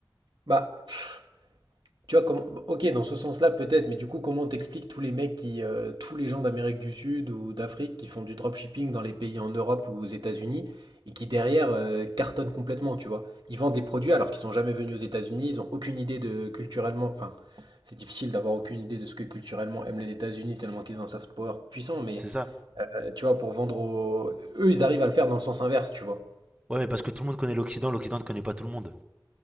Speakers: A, on the right (about 70°); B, on the right (about 15°).
A: Bah pff, tu vois comment ok dans ce sens-là peut-être, mais du coup comment t'expliques tous les mecs qui euh, tous les gens d'Amérique du Sud ou d'Afrique qui font du dropshipping dans les pays en Europe ou aux États-Unis et qui derrière euh, cartonnent complètement, tu vois. Ils vendent des produits alors qu'ils sont jamais venus aux États-Unis, ils ont aucune idée de culturellement, enfin c'est difficile d'avoir aucune idée de ce que culturellement aiment les États-Unis tellement qu'ils ont un soft power puissant, mais
B: C'est ça.
A: Euh, tu vois, pour vendre aux... Eux, ils arrivent à le faire dans le sens inverse, tu vois.
B: Ouais, mais parce que tout le monde connaît l'Occident, l'Occident ne connaît pas tout le monde.